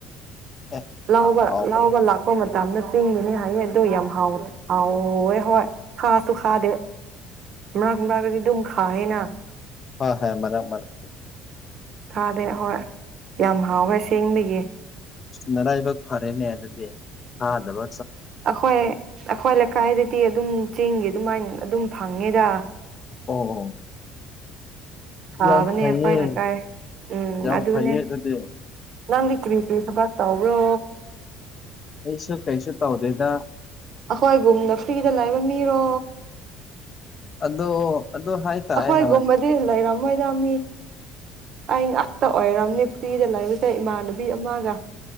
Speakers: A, on the left; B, on the right.
A: ꯑꯦ
B: ꯂꯕ
A: ꯌꯥꯝ ꯍꯥꯎꯕꯅꯦ
B: ꯂꯕ ꯂꯥꯛꯀꯣ ꯃ ꯇꯞꯅ ꯆꯤꯡꯉꯤꯅꯦ ꯍꯥꯏꯌꯦ ꯑꯗꯨꯣ ꯌꯥꯝ ꯍꯥꯎꯗ ꯍꯥꯎꯦ ꯍꯣꯏ ꯈꯁꯨ ꯈꯥꯗꯦ ꯃꯔꯒ ꯃ꯭ꯔꯒꯗꯤ ꯑꯗꯨꯝ ꯈꯥꯌꯦꯦꯅ
A: ꯍ ꯍ ꯃꯔꯝ ꯃꯔꯝ
B: ꯊꯥꯗꯦ ꯍꯣꯏ ꯌꯥꯝ ꯍꯥꯎꯋꯦ ꯁꯦꯡꯕꯒꯤ
A: ꯃꯔꯔꯥꯏꯕꯛ ꯐꯔꯦꯅꯦ ꯑꯗꯨꯗꯤ ꯊꯥꯗꯕ
B: ꯑꯩꯈꯣꯏ ꯑꯩꯈꯣꯏ ꯂꯩꯀꯥꯏꯗꯗꯤ ꯑꯗꯨꯝ ꯆꯦꯡꯒꯤ ꯑꯗꯨꯃꯥꯏꯅ ꯑꯗꯨꯝ ꯐꯪꯉꯦꯗ
A: ꯑꯣ
B: ꯊꯥꯕꯅꯦ
A: ꯌꯥꯝ ꯐꯩꯌꯦ
B: ꯈ꯭ꯋꯥꯏ ꯂꯩꯀꯥꯏ ꯎꯝ
A: ꯌꯥꯝ
B: ꯑꯗꯨꯅꯦ
A: ꯐꯩꯌꯦ ꯑꯗꯨꯗꯤ
B: ꯅꯪꯗꯤ ꯀꯔꯤ ꯀꯔꯤ ꯊꯕꯛ ꯇꯧꯕ꯭ꯔꯣ
A: ꯑꯩꯁꯨ ꯀꯩꯁꯨ ꯇꯧꯗꯦꯗ
B: ꯑꯩꯈꯣꯏ ꯒꯨꯝꯅ ꯐ꯭ꯔꯤꯗ ꯂꯩꯕ ꯃꯤꯔꯣ
A: ꯑꯗꯣ ꯑꯗꯨ ꯍꯥꯏꯇꯥꯔꯦ
B: ꯑꯩꯈꯣꯏꯒꯨꯝꯕꯗꯤ
A: ꯍꯣꯏ
B: ꯂꯩꯔꯝꯃꯣꯏꯗ ꯃꯤ ꯑꯩ ꯉꯥꯛꯇ ꯑꯣꯏꯔꯝꯅꯤ ꯐ꯭ꯔꯤꯗ ꯂꯩꯕꯁꯦ ꯏꯃꯥꯟꯅꯕꯤ ꯑꯃꯒ